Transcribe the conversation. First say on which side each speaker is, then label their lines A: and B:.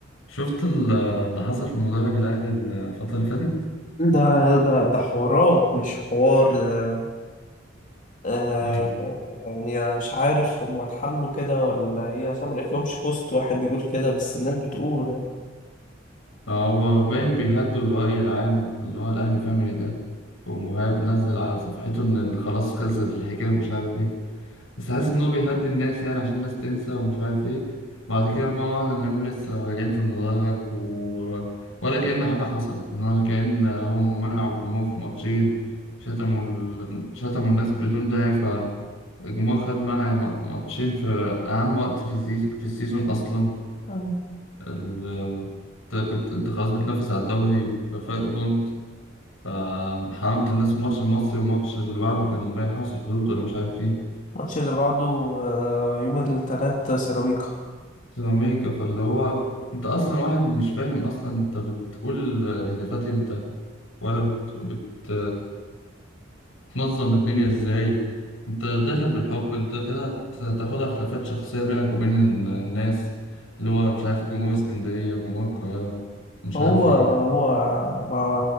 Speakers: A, on the left; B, on the left.
A: شفت ال- اللي حصل في مدرج الأهلي الفترة اللي فاتت؟
B: ده ده ده حوارات مش حوار ده آه
A: هو
B: يعني انا مش عارف هم اتحلوا كده ولا ايه اصل ما لقيتلهمش بوست واحد بيقول كده بس الناس بتقول يعني
A: هو باين بيهدوا الرأي العام اللي هو الأهلي فاميلي ده ومهاب نزل على صفحته إن ال- خلاص خلصت الحكاية ومش عارف إيه بس حاسس إن هو بيهدي الناس يعني عشان الناس تنسى ومش عارف إيه بعد كده مرة واحدة نلاقيهم لسه راجعين في المدرج و... ولا كأن حاجة حصلت يعني ولا كأن هم منعوا الجمهور في ماتشين شتموا ال... شتموا الناس بدون داعي الجمهور خد معانا ماتشين في أهم وقت في السيز- في السيزون أصلا
B: مم.
A: ال- أنت كنت أنت خلاص بتنافس على الدوري بفرق بونت فحرمت الناس الماتش المصري والماتش اللي بعده كان باين حرس الحدود ولا مش عارف إيه
B: الماتش اللي بعده آه يوم التلات سيراميكا
A: سوبر أمريكا فاللي هو أنت أصلا واحد مش فاهم أصلا أنت بتقول الهتافات إمتى ولا بت... بت... تنظم الدنيا ازاي انت داخل بالحب انت داخلها ت- تاخدها خلافات شخصية بينك وبين ال- الناس اللي هو مش عارف جمهور اسكندرية وجمهور القاهرة مش
B: هو
A: عارف ايه
B: هو ما هو